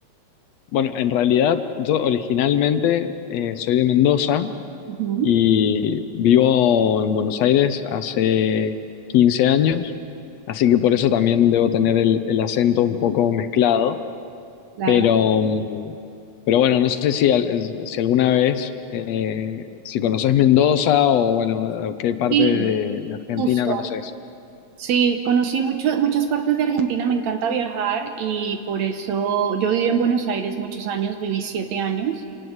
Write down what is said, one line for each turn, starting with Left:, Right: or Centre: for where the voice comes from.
Left: Bueno, en realidad yo originalmente eh, soy de Mendoza
Right: Ujú,
Left: y vivo en Buenos Aires hace 15 años, así que por eso también debo tener el, el acento un poco mezclado,
Right: Claro.
Left: pero, mm, pero bueno, no sé si, al- si alguna vez, eh, si conoces Mendoza o bueno, o qué parte
Right: Sí,
Left: de, de Argentina
Right: justo.
Left: conoces.
Right: Sí, conocí mucho- muchas partes de Argentina, me encanta viajar y por eso yo viví en Buenos Aires muchos años, viví siete años